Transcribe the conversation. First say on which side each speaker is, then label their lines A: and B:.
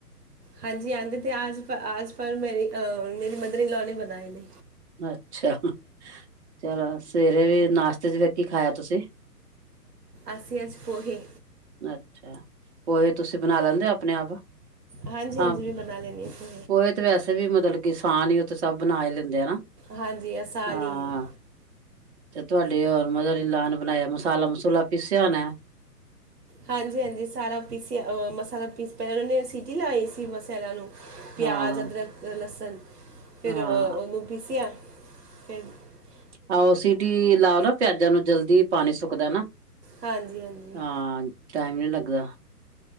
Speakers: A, on the right; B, on the right.
A: ਹਾਂਜੀ ਆਉਂਦੇ ਤੇ ਆਜ ਆਜ ਪਰ ਮੇਰੀ ਅ ਮੇਰੀ ਮਦਰ ਇਨਲੋ ਨੇ ਬਣਾਏ ਨੇ
B: ਅੱਛਾ ਚਲੋ ਸਵੇਰੇ ਵੀ ਨਾਸ਼ਤੇ ਚ ਵੇਖੀ ਖਾਇਆ ਤੁਸੀਂ
A: ਅਸੀ ਅਜ ਪੋਹੇ
B: ਅੱਛਾ ਪੋਹੇ ਤੁਸੀਂ ਬਣਾ ਲੈਂਦੇ ਹੋ ਆਪਣੇ ਆਪ
A: ਹਾਂਜੀ
B: ਹਾਂ
A: ਹਾਂਜੀ ਵੀ ਬਣਾ ਲੈਂਦੀ ਹਾਂ ਤੁਂ
B: ਪੋਹੇ ਵੈਸੇ ਵੀ ਮਤਲਬ ਕਿ ਸਾਨ ਹੀ ਉਹ ਤੇ ਸਭ ਬਣਾ ਲੈਂਦੇ ਹਨਾ
A: ਹਾਂਜੀ ਆਸਾਨ
B: ਹਾਂ
A: ਹੀ ਹੈ
B: ਤੇ ਤੁਹਾਡੇ ਰ ਮਤ ਇ ਲ ਬਣਾਇਆ ਮਸਾਲਾ ਮਸੂਲਾ ਪੀਸਿਆ ਨੇ
A: ਹਾਂਜੀ ਹਾਂਜੀ ਸਾਰਾ ਪੀਸਿਆ ਮਸਾਲਾ ਪੀਸ ਪ ਉਹਨਾਂ ਨੇ ਸਟੀ ਲਾਈ ਸੀ ਮਸਾਲਾਂ ਨੂੰ ਪਿਆਜ਼
B: ਹਾਂ
A: ਅਦਰਕ ਲਸਣ ਫਿਰ
B: ਹਾਂ
A: ਉਹਨੂੰ ਪੀਸਿਆ ਫ
B: ਆਹੋ ਸੀਟੀ ਲਾਓ ਨਾ ਪਿਆਜ਼ਾਂ ਨੂੰ ਜਲਦੀ ਪਾਣੀ ਸੁੱਕਦਾ ਨਾ
A: ਹਾਂਜੀ ਹਾਂਜੀ
B: ਹਾਂ ਟਾਈਮ ਨਹੀ ਲੱਗਦਾ